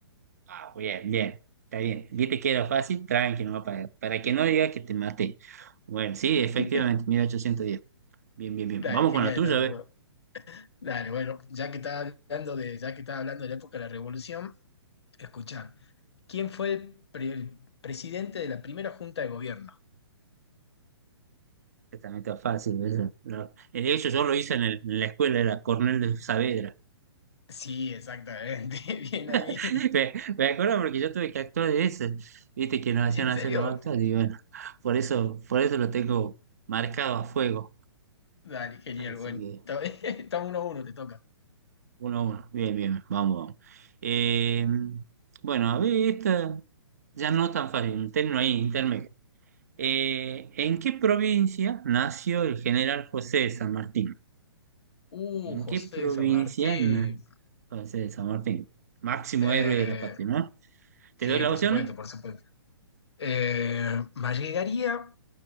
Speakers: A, on the right; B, on the left.
A: Ah, bien, bien. Está bien. Viste que era fácil, tranqui, no va para, para que no diga que te maté. Bueno, sí, efectivamente,
B: <laughs>
A: 1810. Bien, bien, bien.
B: Dale,
A: Vamos
B: genial.
A: con la tuya,
B: entonces,
A: ¿ves?
B: bueno.
A: ver.
B: Dale, bueno, ya que estás hablando de, ya que estás hablando de la época de la revolución, Escucha, ¿quién fue el, pre- el presidente de la primera junta de gobierno?
A: Que también está fácil. eso. No. De hecho, yo lo hice en, el- en la escuela, era Cornel de Saavedra.
B: Sí, exactamente, <laughs> bien ahí.
A: <laughs> Me, me acuerdo porque yo tuve que actuar de eso. Viste que nos hacían
B: ¿En
A: hacer
B: serio?
A: los actos y bueno, por eso, por eso lo tengo marcado a fuego.
B: Dale, genial,
A: Así
B: bueno. Está- <laughs> Estamos uno a uno, te toca.
A: Uno a uno. Bien, bien, vamos, vamos. Eh, bueno, a ver, esta ya no tan fácil, un término ahí, intermedio. Eh, ¿en qué provincia nació el general José de San Martín?
B: Uh,
A: ¿En
B: José
A: qué provincia
B: de San Martín.
A: nació José de San Martín? Máximo
B: Eh,
A: héroe de la patria, ¿no? ¿Te
B: sí,
A: doy las
B: por
A: opciones?
B: supuesto, por supuesto. Eh, me llegaría